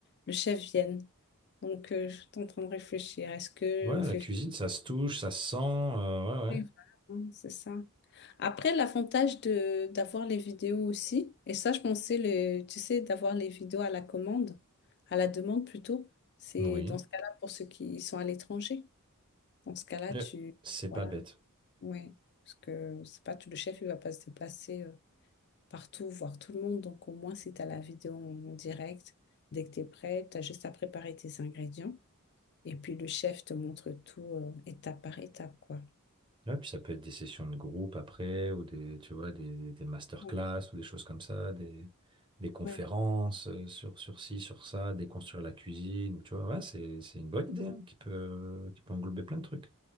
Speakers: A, on the left (about 50°); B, on the right (about 20°).
A: le chef vienne. Donc, euh, je suis en train de réfléchir. Est-ce qu'on
B: Ouais,
A: fait
B: la cuisine, ça se touche, ça se sent. euh,
A: Oui,
B: ouais,
A: voilà, hein, C'est ça. Après, l'avantage de d'avoir les vidéos aussi, et ça, je pensais, le, tu sais, d'avoir les vidéos à la commande, à la demande plutôt, c'est
B: ouais. Oui.
A: dans ce cas-là pour ceux qui sont à l'étranger. Dans ce cas-là,
B: Euh,
A: tu...
B: C'est
A: Voilà,
B: pas bête.
A: oui. Parce que c'est pas tout le chef, il va pas se déplacer euh, partout, voir tout le monde. Donc au moins, si tu as la vidéo en en direct, dès que tu es prêt, tu as juste à préparer tes ingrédients. Et puis le chef te montre tout euh, étape par étape, quoi.
B: Ouais, puis ça peut être des sessions de groupe après, ou des, tu vois, des, des des masterclass,
A: Ouais.
B: ou des choses comme ça, des, des conférences
A: Ouais.
B: euh, sur, sur ci, sur ça, déconstruire la cuisine, ou tu vois, ouais, c'est, c'est une bonne idée, hein, qui peut, qui peut englober plein de trucs.